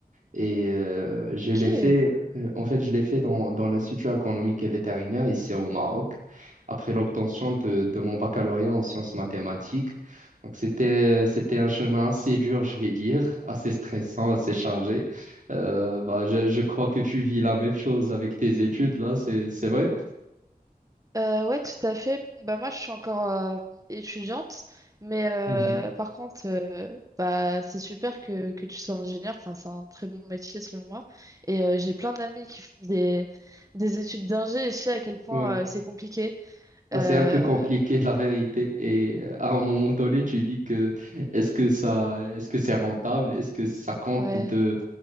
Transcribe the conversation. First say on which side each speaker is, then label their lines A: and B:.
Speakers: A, on the right (about 55°); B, on the right (about 20°).
A: Et euh, je
B: Ok.
A: l'ai fait, euh, en fait, je l'ai fait dans, dans l'Institut agronomique et vétérinaire ici au Maroc, après l'obtention de, de mon baccalauréat en sciences mathématiques. Donc, c'était, c'était un chemin assez dur, je vais dire, assez stressant, assez chargé. Euh, bah, je, je crois que tu vis la même chose avec tes études, là, c'est, c'est vrai?
B: Euh, ouais, tout à fait. Bah moi, je suis encore euh, étudiante, mais euh,
A: Mhm.
B: par contre, euh, bah c'est super que, que tu sois ingénieur. Enfin, c'est un très bon métier selon moi. Et euh, j'ai plein d'amis qui font des des études d'ingé et je sais à quel point
A: Ouais.
B: euh, c'est compliqué.
A: Bah,
B: Euh,
A: c'est un peu compliqué, <laughs> la vérité. Et euh, à un moment donné, tu dis que est-ce que ça, est-ce que c'est rentable? Est-ce que ça compte
B: ouais,
A: de